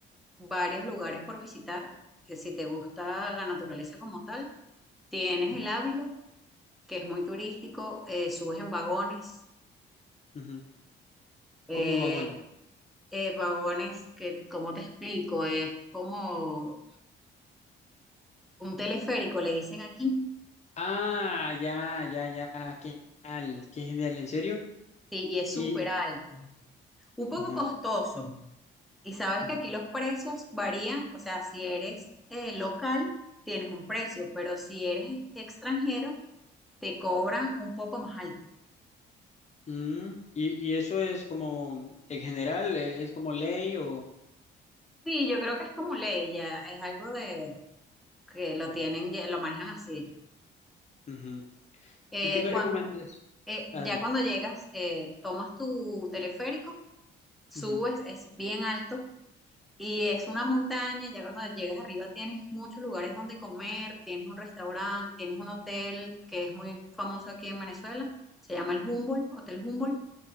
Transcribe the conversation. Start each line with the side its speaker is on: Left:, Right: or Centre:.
Centre: varios lugares por visitar. que Si te gusta la naturaleza como tal, tienes
Left: ujú.
Centre: el Ávila, que es muy turístico, eh, subes en vagones.
Left: ujú.
Centre: eh,
Left: ¿Cómo vagones?
Centre: eh, vagones que, ¿cómo te explico? Es como un teleférico, le dicen aquí,
Left: Ah, ya, ya, ya, qué genial, qué genial, ¿en serio?
Centre: sí, y es
Left: Y,
Centre: súper alto. Un poco
Left: ujú,
Centre: costoso, Y sabes
Left: ujú.
Centre: que aquí los precios varían, o sea, si eres eh, local, tienes un precio, pero si eres extranjero, te cobran un poco más alto.
Left: Mm, y, y eso es como, en general, eh, es como ley o...
Centre: Sí, yo creo que es como ley, ya es algo de que lo tienen, ya lo manejan así.
Left: ujú.
Centre: Eh,
Left: ¿Y qué me
Centre: cuando,
Left: recomiendas?
Centre: eh,
Left: Adelante.
Centre: ya cuando llegas, eh, tomas tu teleférico, subes,
Left: ujú,
Centre: es bien alto, Y es una montaña, ya cuando llegas arriba tienes muchos lugares donde comer, tienes un restaurante, tienes un hotel que es muy famoso aquí en Venezuela, se llama el Humboldt, Hotel Humboldt,